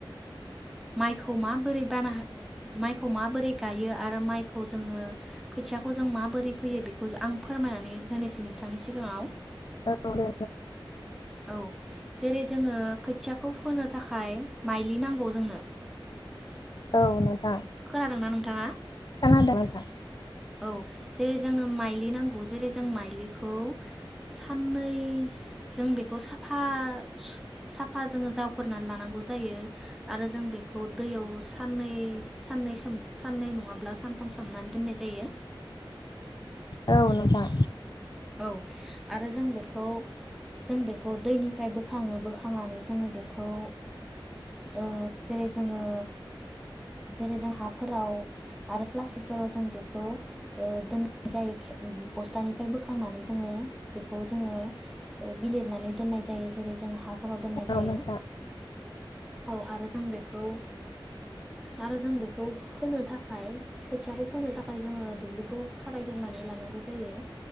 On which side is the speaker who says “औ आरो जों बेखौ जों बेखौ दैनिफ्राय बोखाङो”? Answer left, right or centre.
Centre